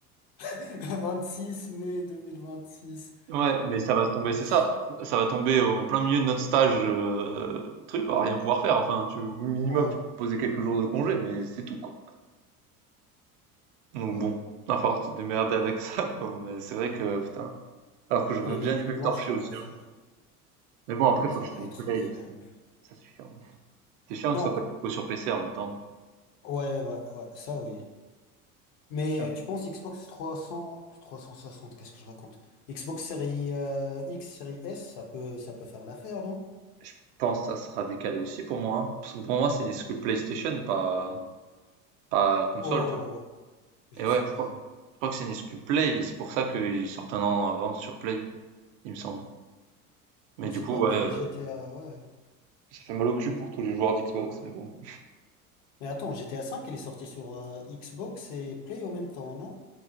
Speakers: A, on the left (about 50°); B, on the right (about 50°).
A: <laughs> 26 mai 2026.
B: Ouais, mais ça va se tomber, c'est
A: Wesh.
B: ça, ça va tomber en plein milieu de notre stage, euh, truc, on va rien pouvoir faire, enfin, tu, au minimum,
A: Ouais,
B: tu peux poser quelques jours de congé, mais c'est tout, quoi. Donc
A: ouais.
B: bon, il va falloir te démerder avec ça, quoi, mais c'est vrai que, putain, alors que j'aurais
A: Et
B: bien
A: les nuits
B: aimé
A: blanches
B: le torcher
A: qu'on
B: aussi,
A: va faire,
B: hein. Mais bon, après, faut
A: ça
B: acheter
A: va
B: une
A: être
B: Play
A: incroyable.
B: aussi, ça c'est chiant. C'est chiant que
A: Non,
B: ce soit pas
A: p-
B: dispo sur PC en même temps,
A: ouais, ouais, ouais, ça oui. Mais
B: c'est chiant.
A: euh, tu penses Xbox 300, 360, qu'est-ce que je raconte? Xbox série euh, X, série S, ça peut, ça peut faire l'affaire, non?
B: Je pense que ça sera décalé aussi pour moi. hein. Parce que pour moi, c'est une exclu PlayStation, pas, pas console,
A: Oh,
B: tu vois.
A: je
B: Et
A: sais
B: ouais, je
A: pas.
B: crois, je crois que c'est une exclu Play, et c'est pour ça qu'ils sortent un an avant sur Play, il me semble. Mais
A: Je sais
B: du coup,
A: pas,
B: ouais,
A: mais
B: euh,
A: GTA, ouais.
B: Ça fait mal au cul pour tous les joueurs d'Xbox, mais bon.
A: Mais attends, GTA 5, elle est sortie sur euh, Xbox et Play au même temps, non?